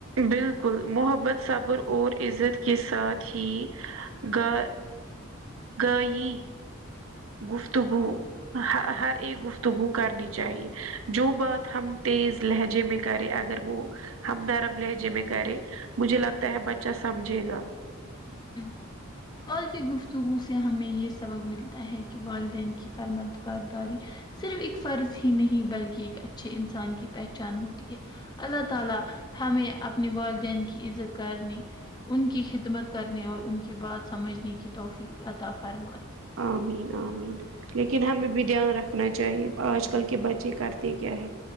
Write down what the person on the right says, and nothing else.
بالکل محبت صبر اور عزت کے ساتھ ہی گا گئی گفتگو حا ہر ایک گفتگو کرنی چاہیے جو بات ہم تیز لہجے میں کرے اگر وہ ہم نرم لہجے میں کرے مجھے لگتا ہے بچہ سمجھے گا
آمین آمین لیکن ہمیں بھی دھیان رکھنا چاہیے آج کل کے بچے کرتے تے کیا ہے